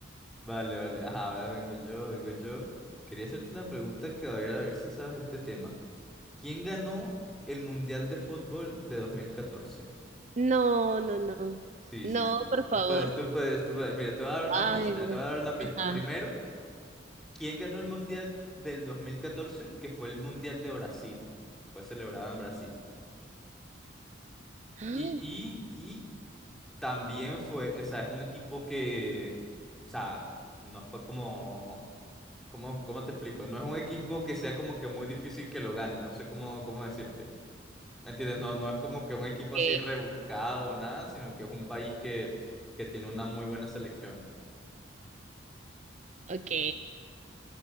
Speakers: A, in the centre; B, on the right.
A: Vale, vale. Ajá, ahora vengo yo, vengo yo. Quería hacerte una pregunta que a ver, a ver si sabes de este tema. ¿Quién ganó el Mundial de Fútbol de 2014?
B: No, no, no.
A: Sí,
B: No,
A: sí, sí, sí.
B: por favor.
A: Tú puedes, tú puedes, tú puedes. Mira, te voy a dar una
B: Ay,
A: pista,
B: Dios.
A: te voy a dar una pista.
B: Ajá.
A: Primero,
B: <gasps>
A: ¿quién ganó el Mundial del 2014? Que fue el Mundial de Brasil. Fue celebrado en Brasil.
B: Ah,
A: Y, y, y También fue, o sea, es un equipo que, o sea, no fue como, ¿cómo, cómo te explico? No es un equipo que sea como que muy difícil que lo gane, no sé cómo, cómo decirte. ¿Me entiendes? No, no es como que un equipo
B: Ok,
A: así rebuscado o nada, sino que es un país que, que tiene una muy buena selección.
B: ok.